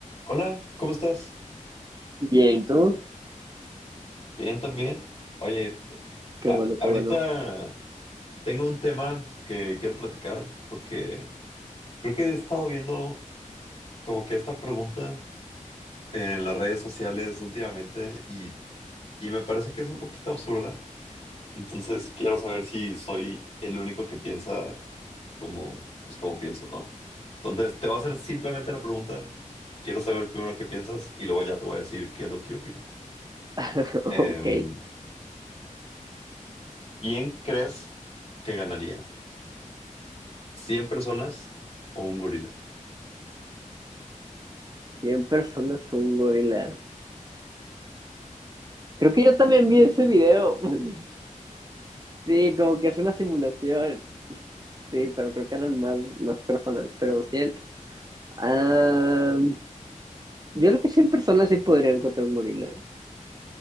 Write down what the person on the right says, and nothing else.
Bien, ¿tú?
Qué
bueno,
qué bueno.
<laughs>
Ok,
cien personas un gorila. Creo que yo también vi ese video. <laughs> Sí, como que es una simulación. Sí, pero creo que eran más, más personas, pero cien Ah, yo creo que 100 personas sí podrían encontrar un gorila.